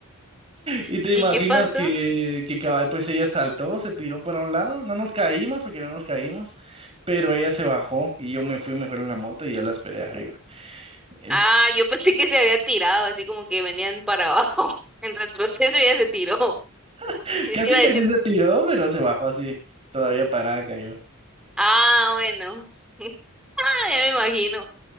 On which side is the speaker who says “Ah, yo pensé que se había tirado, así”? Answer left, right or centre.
Centre